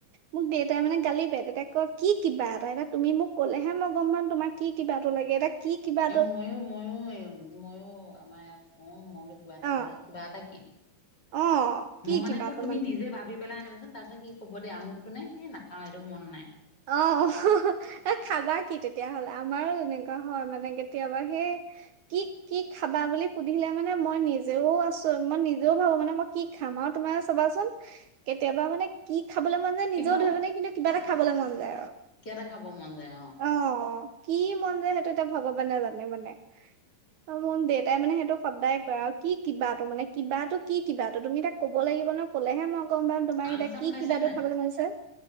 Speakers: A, on the right; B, on the left.
A: মোক দেউতাই মানে গালি পেট এতিয়া কি কিবা এটা এতিয়া তুমি মোক ক'লেহে ন গম পাম তোমাক কি কিবাটো লাগে এতিয়া কি কিবাটো
B: এ মইয়ো মইয়ো মইয়ো আমাৰ ইয়াক কও মই কিবা এটা
A: অ
B: ল কিবা এটা কি
A: অ কি
B: মই মানে
A: কিবাটো
B: ক তুমি নিজে ভাবি পেলাই আনিবাচোন তাৰ পিছত স ক'ব দিয়া আমুকটো নে সেই নাখাও সেইটো মন নাই।
A: আহ এ খাবা কি তেতিয়াহলে আমাৰো এনেকুৱা হয় মানে কেতিয়াবা সেই কি কি খাবা বুলি সুধিলে মানে মই নিজেও আছো মই নিজেও ভাবো মানে মই কি খাম আৰু তোমাৰ চাবাচোন কেতিয়াবা মানে কি খাবলৈ মন নিজেও
B: কিন্তু
A: ধৰিবনে কিন্তু কিবা এটা খাবলে মন যায় আৰু
B: কিবা এটা খাব মন যায়
A: অ', অ', কি মন যায় সেইটো এতিয়া ভগৱানে জানে মানে অ মোৰ দেউতাই মানে সেইটো সদায় কৰে আৰু কি কিবাটো মানে কিবাটো কি কিবাটো তুমি তাক ক'ব লাগিব ন কলেহে মই গম পাম তোমাক
B: আম
A: এতিয়া
B: চাম
A: কি
B: খাইছে
A: কিবাটো
B: নাই
A: খাবলৈ মন হৈছে